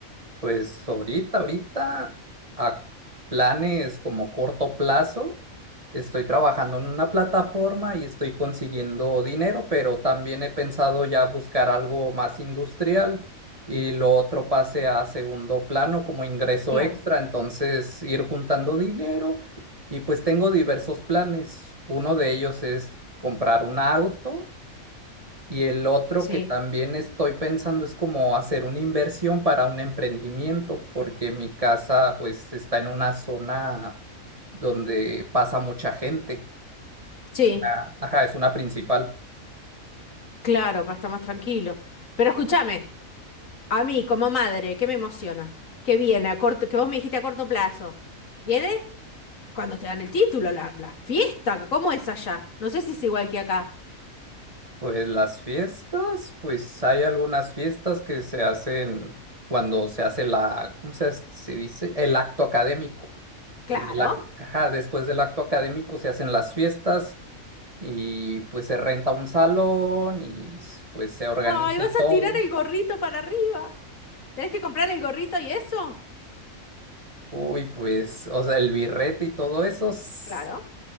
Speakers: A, on the right; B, on the left.
A: Pues ahorita, ahorita, a planes como corto plazo, estoy trabajando en una plataforma y estoy consiguiendo dinero, pero también he pensado ya buscar algo más industrial y lo otro pase
B: Sí,
A: a segundo plano como ingreso
B: claro.
A: extra, entonces ir juntando dinero y pues tengo diversos planes. Uno de ellos es comprar un auto. Y el otro
B: Sí,
A: que también estoy pensando es como hacer una inversión para un emprendimiento, porque mi casa pues está en una zona donde pasa mucha gente.
B: sí.
A: Es una, ajá, es una principal.
B: Claro, para estar más tranquilo. Pero escúchame, a mí como madre, ¿qué me emociona? Que viene a corto, que vos me dijiste a corto plazo. Viene cuando te dan el título, la, la fiesta. ¿Cómo es allá? No sé si es igual que acá.
A: Pues las fiestas, pues hay algunas fiestas que se hacen cuando se hace la, ¿cómo se, se dice? El acto académico.
B: Claro.
A: En el, ac- ajá, después del acto académico se hacen las fiestas y pues se renta un salón y s- pues se organiza
B: Ay, vas a
A: todo.
B: tirar el gorrito para arriba. ¿Tenés que comprar el gorrito y eso?
A: Uy, pues, o sea, el birrete y todo eso, s-
B: Claro.